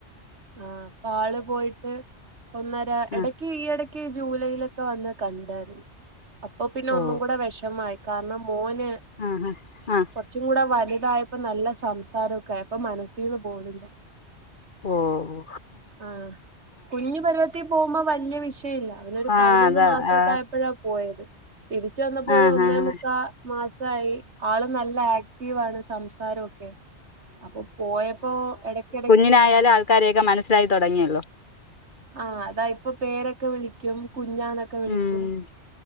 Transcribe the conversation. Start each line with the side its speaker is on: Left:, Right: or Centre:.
Right: ആഹ് ഇപ്പൊ ആള് പോയിട്ട് ഒന്നര എടക്ക്
Left: ആ
Right: ഈയെടക്ക് ജൂലൈയിലൊക്കെ വന്ന് കണ്ടാരുന്നു അപ്പൊ പിന്നെ ഒന്നും
Left: ഓ
Right: കൂടെ വെഷമായി കാരണം മോന്
Left: ആഹ് ആഹ് ആഹ്
Right: കൊർച്ചും കൂടെ വലുതായപ്പോ നല്ല സംസാരൊക്കായ് ഇപ്പം മനസ്സീന്ന് പോണില്ല
Left: ഓഹ്
Right: ആഹ് കുഞ്ഞു പരിവത്തി പോകുമ്പോ വല്യ വിഷയ ട്ടീല്ല അവനൊരു
Left: ആ
Right: പതിനൊന്ന്
Left: അതാ
Right: മാസക്കെ
Left: ആ
Right: ആയപ്പഴാ പോയത് തിരിച്ച് വന്നപ്പൊരു
Left: ആ
Right: ഒന്നേ
Left: ആ ആ
Right: മുക്കാ മാസായി ആള് നല്ല ആക്റ്റീവാണ് സംസാരൊക്കെ അപ്പൊ പോയപ്പോ എടക്കെടക്ക്
Left: ഇങ്ങനായാലും ആൾക്കാരെയെക്കെ മനസ്സിലായി തൊടങ്ങിയല്ലോ
Right: ആഹ് അതാ ഇപ്പൊ പേരൊക്കെ വിളിക്കും കുഞ്ഞാന്ന് ക്കെ വിളിക്കും
Left: ഉം